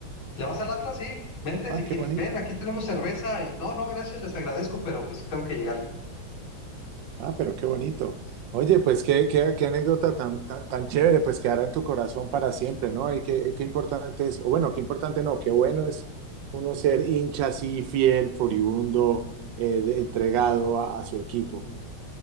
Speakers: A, on the left; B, on the right.
A: ¿Le vas al Atlas? Sí, vente
B: Ah,
A: si quieres,
B: qué bonito.
A: ven, aquí tenemos cerveza. Y no, no, gracias, les agradezco, pero pues sí tengo que llegar.
B: Ah, pero qué bonito. Oye, pues qué, qué, qué anécdota tan, tan, tan chévere, pues quedará en tu corazón para siempre, ¿no? Y qué, qué importante es, o bueno, qué importante no, qué bueno es uno ser hincha así, fiel, furibundo, eh, de- entregado a, a su equipo.